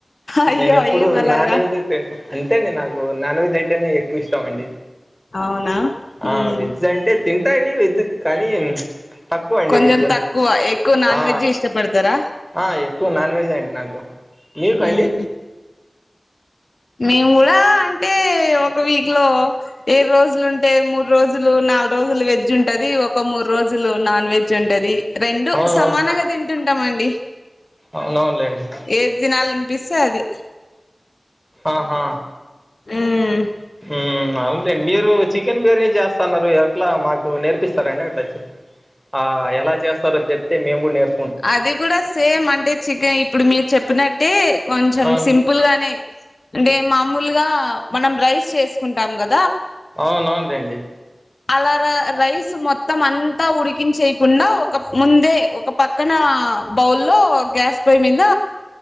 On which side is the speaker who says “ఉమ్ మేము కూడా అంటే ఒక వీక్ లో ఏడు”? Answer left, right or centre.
Left